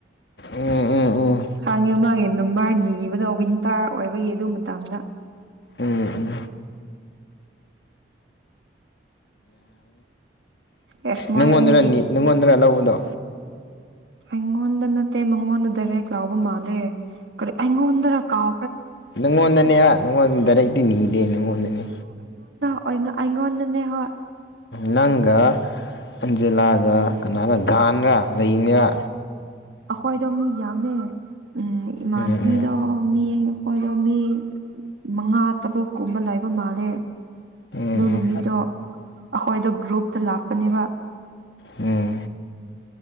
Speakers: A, on the left (about 65°); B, on the right (about 75°).
A: ꯎꯝ ꯎꯝ ꯎꯝ
B: ꯍꯥꯡꯉꯦ ꯃꯥꯒꯤ ꯅꯝꯕꯔ ꯅꯤꯕꯗꯣ ꯋꯤꯟꯇꯔ ꯑꯣꯏꯕꯒꯤ ꯑꯗꯨ ꯃꯇꯝꯗ
A: ꯎꯝ ꯎꯝ
B: ꯑꯦꯁ ꯃꯣꯏ
A: ꯅꯪꯉꯣꯟꯗ꯭ꯔꯥ
B: ꯑꯅꯤ
A: ꯅꯤ ꯅꯪꯉꯣꯟꯗ꯭ꯔꯥ ꯂꯧꯕꯗꯣ
B: ꯑꯩꯉꯣꯟꯗ ꯅꯠꯇꯦ ꯃꯉꯣꯟꯗ ꯗꯥꯏꯔꯦꯛ ꯂꯥꯎꯕ ꯃꯥꯜꯂꯦ ꯀꯔꯤ ꯑꯩꯉꯣꯟꯗ꯭ꯔꯥ ꯀꯥꯎ
A: ꯅꯪꯉꯣꯟꯗꯅꯦ ꯍꯥ ꯅꯪꯉꯣꯟ ꯗꯥꯏꯔꯦꯛꯇꯤ ꯅꯤꯗꯦ ꯅꯪꯉꯣꯟꯗꯅꯦ
B: ꯑꯣꯏ ꯑꯩꯉꯣꯅꯟꯗꯅꯦ ꯍꯣꯏ
A: ꯅꯪꯒ ꯑꯟꯖꯤꯂꯥꯒ ꯀꯅꯔꯥ ꯒꯥꯟꯔꯥ ꯂꯩꯅꯦꯕ
B: ꯑꯩꯈꯣꯏꯗꯣ ꯃꯤ ꯌꯥꯝꯃꯦ ꯎꯝ ꯏꯃꯥꯟꯅꯕꯤꯗꯣ
A: ꯎꯝ ꯎꯝ
B: ꯃꯤ ꯑꯩꯈꯣꯏꯗꯣ ꯃꯤ ꯃꯉꯥ ꯇꯔꯨꯛ ꯀꯨꯝꯕ ꯂꯩꯕ ꯃꯥꯜꯂꯦ
A: ꯎꯝ ꯎꯝ
B: ꯑꯗꯨ ꯅꯨꯃꯤꯠꯇꯣ ꯑꯩꯈꯣꯏꯗꯣ ꯒ꯭ꯔꯨꯞꯇ ꯂꯥꯛꯄꯅꯦꯕ
A: ꯎꯝ